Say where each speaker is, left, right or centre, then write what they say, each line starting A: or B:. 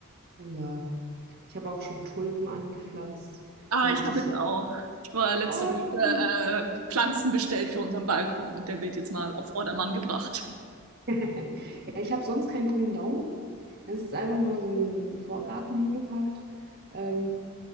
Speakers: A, on the right; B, on the right.
A: Oh ja. Ich habe auch schon Tulpen angepflanzt,
B: Ah,
A: damit
B: ich habe
A: ich.
B: jetzt
A: äh,
B: auch. Ich war letzte
A: Oh,
B: Woche
A: schön.
B: äh, Pflanzen bestellt für unseren Balkon. Der wird jetzt mal auf Vordermann gebracht.
A: <laughs> Ja, ich habe sonst keinen grünen Daumen. Es ist einfach mal so in Vorgarten hingepackt. Ähm,